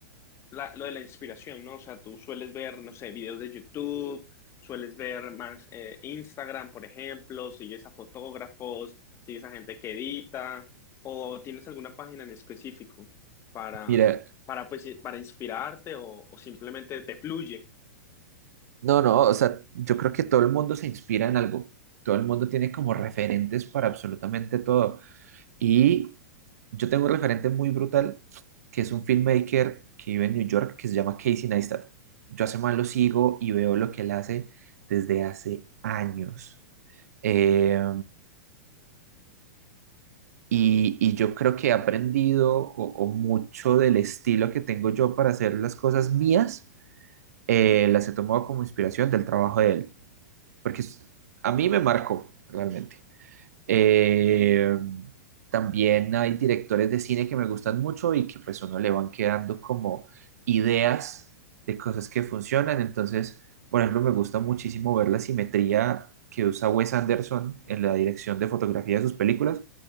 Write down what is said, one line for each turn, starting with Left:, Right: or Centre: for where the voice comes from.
Left: la- lo de la inspiración, ¿no? O sea, tú sueles ver, no sé, videos de YouTube, sueles ver más eh, Instagram, por ejemplo, sigues a fotógrafos, sigues a gente que edita, o tienes alguna página en específico para,
Right: Mira,
Left: para, pues, para inspirarte o, o simplemente te fluye.
Right: no, no, o sea, yo creo que todo el mundo se inspira en algo. Todo el mundo tiene como referentes para absolutamente todo. Y yo tengo un referente muy brutal, que es un filmmaker que vive en New York, que se llama Casey Neistat. Yo hace más lo sigo y veo lo que él hace desde hace años. Eh, y, y yo creo que he aprendido o, o mucho del estilo que tengo yo para hacer las cosas mías, eh, las he tomado como inspiración del trabajo de él, porque es- a mí me marcó realmente. Eh, también hay directores de cine que me gustan mucho y que pues uno le van quedando como ideas de cosas que funcionan. Entonces, por ejemplo, me gusta muchísimo ver la simetría que usa Wes Anderson en la dirección de fotografía de sus películas.